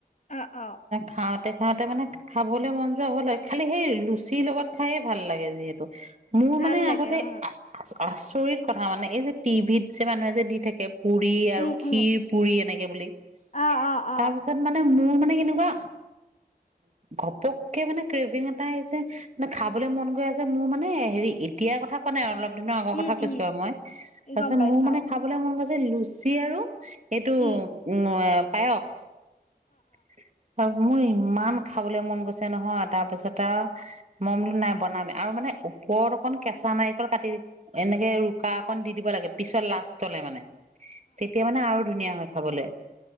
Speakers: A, on the left; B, on the right.
A: অ অ
B: খাওঁতে সিহঁতে মানে খাবলৈ মন খালি সেই লুচিৰ লগত খাইে ভাল লাগে যিহেতু মোৰ
A: ভাল
B: মানে
A: লাগে
B: আগতে
A: অ
B: আচৰিত কথা মানে এই যে টিভিত যে মানুহে যে দি থাকে পুৰি আৰু
A: উম
B: খিৰ
A: উম
B: পুৰি এনেকে বুলি
A: অ অ অ
B: তাৰ পিছত মানে মোৰ মানে কেনেকুৱা ঘপক কে মানে ক্ৰেভিং এটা আহিছে মানে খাবলৈ মন গৈ আছে মোৰ মানে হেৰি এতিয়াৰ কথা কোৱা নাই অলপ দিনৰ আগৰ
A: উম
B: কথা কৈছো
A: উম
B: আৰু মই তাৰ
A: গম
B: পিছত
A: পাইছো
B: মোৰ মানে
A: অ
B: খাবলৈ মন গৈছে যে লুচি আৰু এইটো
A: উম
B: উম পায়খ <inaudible> মোৰ ইমান খাবলৈ মন গৈছে নহয় তাৰ পিছত আৰু মন নাই বনাম আৰু মানে ওপৰত অকণ কেঁচা নাৰিকল কাটি এনেকে ৰুকা অকণ দি দিব লাগে পিছত লাষ্টলে মানে তেতিয়া মানে আৰু ধুনীয়া হয় খাবলে